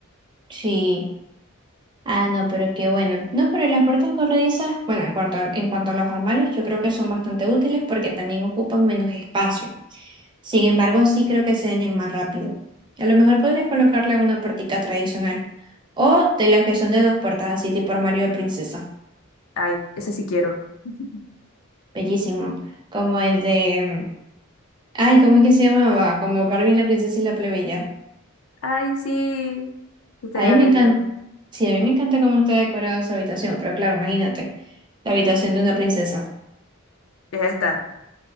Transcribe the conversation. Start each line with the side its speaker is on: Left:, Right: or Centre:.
Right: Sí. Ah, no, pero qué bueno. No, pero las puertas corredizas, bueno, en cuanto a, en cuanto a los armarios, yo creo que son bastante útiles porque también ocupan menos espacio. Sin embargo, sí creo que se dañan más rápido. A lo mejor podrías colocarle una puertica tradicional o
Left: Mm.
Right: de las que son de dos puertas, así tipo armario de princesa.
Left: Ay, ese sí quiero. <laughs>
Right: Bellísimo. Como el de... Ay, ¿cómo es que se llamaba? Como Barbie la princesa y la plebeya.
Left: Ay, sí. ¿Qué estaría
Right: Ahí me
Left: bello?
Right: encanta. Sí, a mí me encanta cómo está decorada su habitación, pero claro, imagínate, la habitación de una princesa.
Left: Deja de estar.